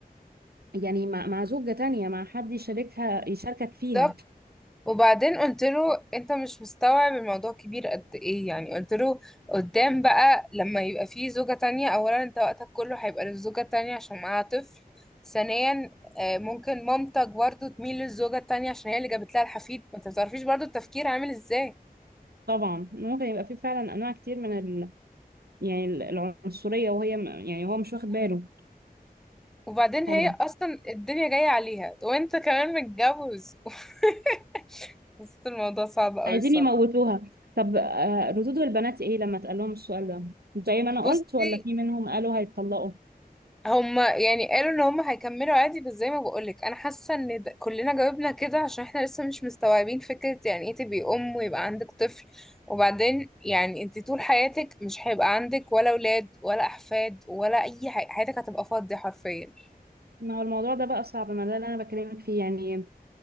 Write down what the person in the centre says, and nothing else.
بالظبط. وبعدين قلت له انت مش مستوعب الموضوع كبير قد ايه يعني قلت له قدام بقى لما يبقى فيه زوجة تانية اولا انت وقتك كله هيبقى للزوجة التانية عشان معاها طفل ثانيا آه، ممكن مامتك برضو تميل للزوجة التانية عشان هي اللي جابت لها الحفيد ما انت بتعرفيش برضو التفكير عامل ازاي
وبعدين
هي اصلا الدنيا جايه عليها وانت كمان متجوز <laughs> حسيت الموضوع صعب قوي
الصراحه
بصي
هما يعني قالوا ان هما هيكملوا عادي بس زي ما بقولك انا حاسه ان ده كلنا جاوبنا كده عشان احنا لسه مش مستوعبين فكره يعني ايه تبقي ام ويبقى عندك طفل وبعدين يعني انت طول حياتك مش هيبقى عندك ولا اولاد ولا احفاد ولا اي حاجه حياتك هتبقى فاضيه حرفيا